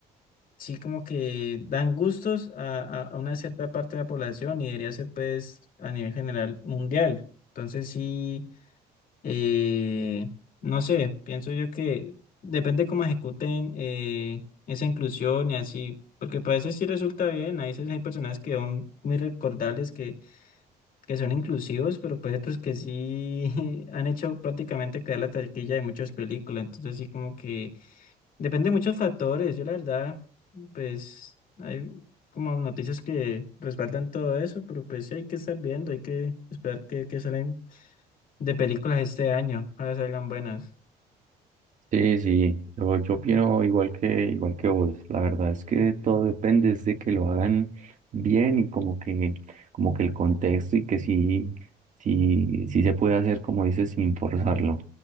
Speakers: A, on the left; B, on the right.
A: sí, como que dan gustos a, a, a una cierta parte de la población y debería ser, pues, a nivel general mundial. Entonces, sí. Eh, no sé, pienso yo que depende cómo ejecuten eh, esa inclusión y así, porque para veces sí resulta bien, a veces hay personas que son muy recordables, que, que son inclusivos, pero pues otros que sí <laughs> han hecho prácticamente caer la taquilla de muchas películas, entonces sí como que depende de muchos factores, yo la verdad, pues hay como noticias que respaldan todo eso, pero pues sí hay que estar viendo, hay que esperar que, que salen de películas este año. Ojalá salgan buenas.
B: Sí, sí, yo, yo opino igual que, igual que vos. La verdad es que todo depende es de que lo hagan bien y como que, como que el contexto y que sí, sí, sí se puede hacer, como dices, sin forzarlo.